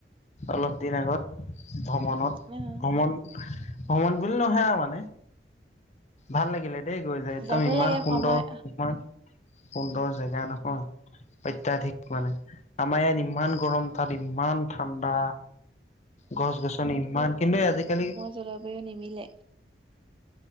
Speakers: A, on the left (about 40°); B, on the right (about 30°).
A: অলপ দিন আগত ভ্ৰমণত।
B: <unintelligible>
A: ভ্ৰমণ, ভ্ৰমণ বুলি নহয় আৰু মানে ভাল লাগিলে। দেই গৈ যায়। একদম
B: যাবই
A: ইমান
B: লাগে
A: সুন্দৰ
B: সময়
A: তোমাৰ সুন্দৰ জেগা নহয়। অত্যাধিক মানে আমাৰ ইয়াত ইমান গৰম তাত ইমান ঠাণ্ডা। গছ-গছনি ইমান কিন্তু এ আজিকালি
B: জলাবই নিমিলে।